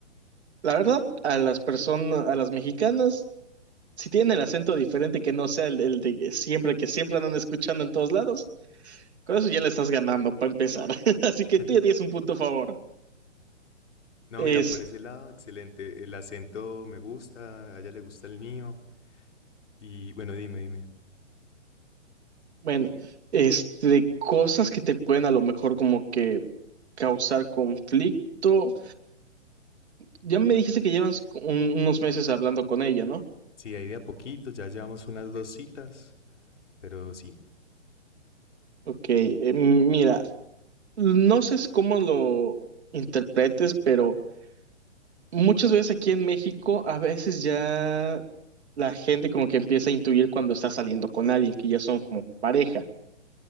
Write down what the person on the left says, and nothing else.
<laughs>
No,
mira, por ese lado, excelente. El acento me gusta, a ella le gusta el mío. Y bueno, dime, dime.
Sí, ahí de a poquito, ya llevamos unas dos citas, pero sí.